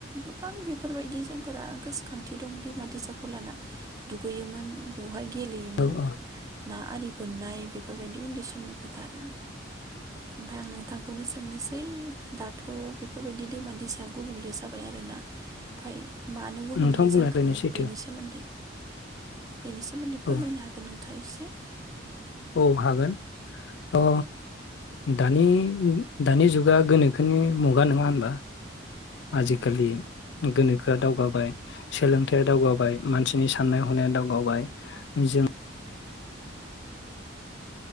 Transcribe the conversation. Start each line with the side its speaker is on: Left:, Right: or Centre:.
Right: गोबां बेफोरबायदि जोंफोरा गोसोखांथि दं। दैमा दैसा खौलाना दु दुैगैयोमोन बवहाय, गेलेयोमोन।
Left: औ औ
Right: ना आरि बोननाय बेफोरबायदि उन्दै समनि खोथा आरो। ओमफाय आं नोंथांखौनो सोंनोसै दाथ' बेफोरबायदि दैमा दैसा गुबुंले जाबाय आरोना ओमफाय मानो गुबुंले
Left: नोंथां बुंनाया
Right: जा
Left: थारैनो
Right: खो
Left: सैथो
Right: बेनि सोमोन्दै बेनि सोमोन्दै फोरमायनो
Left: औ
Right: हागोन नों थाइसे?
Left: औ हागोन औ दानि दानि जुगा गोनोखोनि मुगा नोङा होनबा? आजिखालि
Right: उम
Left: गोनोखोआ दावगाबाय सोलोंथाइया दावगाबाय मानसिनि साननाय हनाया दावगाबाय जों